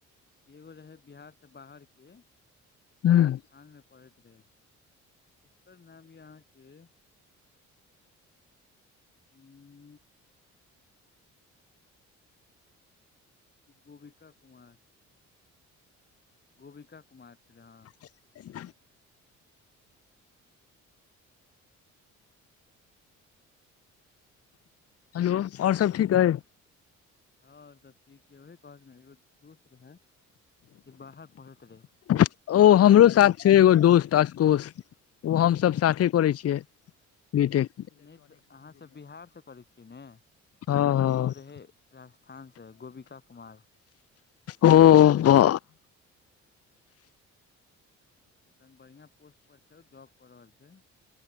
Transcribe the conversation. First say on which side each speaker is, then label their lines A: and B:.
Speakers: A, on the left (about 35°); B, on the left (about 50°).
A: एगो रहै बिहारसँ बाहर के राजस्थान
B: ह
A: मे। पढ़ैत रहै, ओकर नाम यऽ अहाँकेँ। हू। गोबिका कुमार। गोबिका कुमार छलै हँ।
B: <inaudible> हेलो, और सभ ठीक अई।
A: और सभ ठिक यऽ, ओहे कहलक एगो दोस्त रहै, जे बाहर पढ़ैत रहै।
B: ओ हमरो साथ छैय, एगो दोस्त। आशुतेाष ओ हमसभ साथे करै छियै बीटेक।
A: नहि तऽ अहाँ सभ बिहारसँ करै छियै ने।
B: हँ हँ
A: ओ रहे राजस्थान सँ गोबिका कुमार।
B: ओ, बा।
A: एखन बढ़िया पोस्ट पर छै, जॉब कर रहल छै।